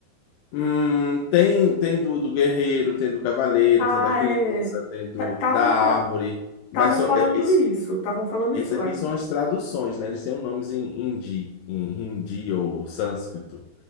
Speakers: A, on the left (about 85°); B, on the left (about 65°).
A: Hum, tem tem do, do guerreiro, tem do cavaleiro,
B: Ah,
A: tem da criança,
B: é.
A: tem do
B: Estavam
A: da árvore,
B: Estavam
A: mas só,
B: falando
A: é, esse,
B: isso, estavam falando
A: esse
B: isso lá.
A: aqui são as traduções, né? Eles têm um nomes em hindi, em hindi ou sânscrito,